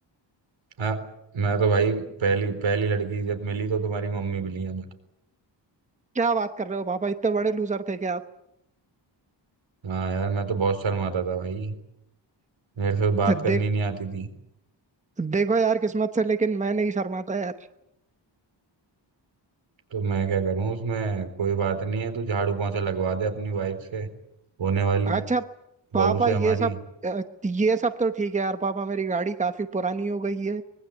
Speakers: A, on the right; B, on the right.
A: हाँ मैं तो भाई पहली पहली लड़की जब मिली तो तुम्हारी मम्मी मिली है मुझे
B: क्या बात कर रहे हो पापा इतने बड़े लूजर थे क्या
A: हाँ यार मैं तो बहुत शर्माता था भाई मेरे से बात
B: आप
A: करनी
B: देख
A: नहीं आती थी
B: देखो यार किस्मत से लेकिन मैं नहीं शर्माता यार
A: तो मैं क्या करूँ उसमें कोई बात नहीं है तू झाड़ू पोंछा लगवा दे अपनी वाइफ से होने वाली
B: अच्छा पापा
A: बहू से
B: ये
A: हमारी
B: सब अ, ये सब तो ठीक है यार पापा मेरी गाड़ी काफी पुरानी हो गई है